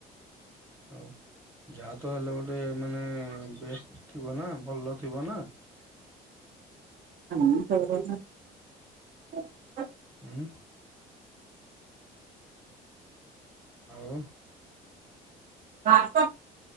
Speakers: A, on the right; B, on the right.
A: ହଁ ଯାହା ତ ହେଲେ ଗୋଟେ ମାନେ ବେଷ୍ଟ ଥିବ ନା ଭଲ ଥିବ ନା ତ
B: <unintelligible>
A: ଉଁ। ଆଉ।
B: ବା <inaudible>